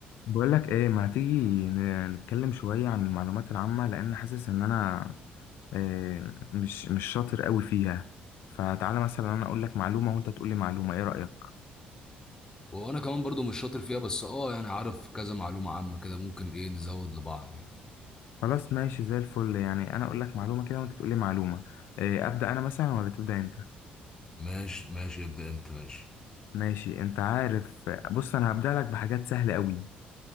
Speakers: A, on the left; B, on the left.
A: بقول لك ايه ما تيجي ن- نتكلم شوية عن المعلومات العامة لان حاسس ان انا آه، مش مش شاطر قوي فيها فتعالى مثلا انا اقول لك معلومة وانت تقول لي معلومة ايه رأيك
B: وانا كمان برضو مش شاطر فيها بس اه يعني عارف كذا معلومة عامة كده ممكن ايه نزود لبعض يعني
A: خلاص ماشي زي الفل يعني انا اقول لك معلومة كده وانت تقول لي معلومة آه، ابدأ انا مثلا ولا تبدأ انت
B: ماشي ماشي ابدأ انت ماشي
A: ماشي انت عارف بص انا هبدأ لك بحاجات سهلة قوي